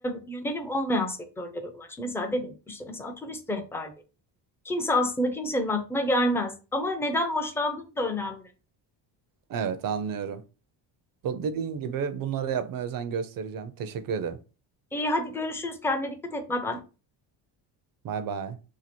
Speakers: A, in the centre; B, on the right.
A: yönelim olmayan sektörlere ulaş. Mesela dedim ki işte mesela turist rehberliği. Kimse aslında kimsenin aklına gelmez. Ama neden hoşlandığın da önemli.
B: Evet anlıyorum. Do- Dediğin gibi bunlara yapmaya özen göstereceğim. Teşekkür ederim.
A: İyi hadi görüşürüz. Kendine dikkat et. Bay bay.
B: Bay bay.